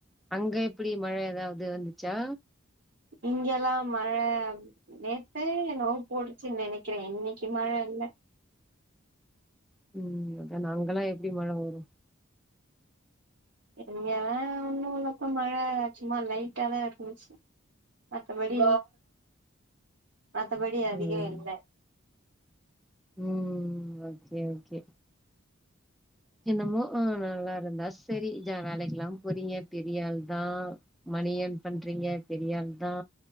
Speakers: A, in the centre; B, on the right.
A: அங்க எப்புடி மழ ஏதாவது வந்துச்சா
B: இங்கெல்லா மழ நேத்தே நோ போடுச்சுன்னு நெனைக்கற இன்னிக்கு மழ இல்ல
A: ம் அதான அங்கெல்லா எப்டி மழ வரு
B: இங்கலா ஒன்னு இல்லக்கா மழ சும்மா லைட்டாதா இருந்துச்சு மத்தபடி மத்தபடி
A: ம்
B: அதிகோ இல்ல
A: ம் ஓக்கே ஓக்கே என்னமோ ஆ நல்லாருந்தா செரி தா வேலக்கெல்லா போரிங்க பெரியாள்தா மணி எர்ன் பண்றீங்க பெரியாள்தா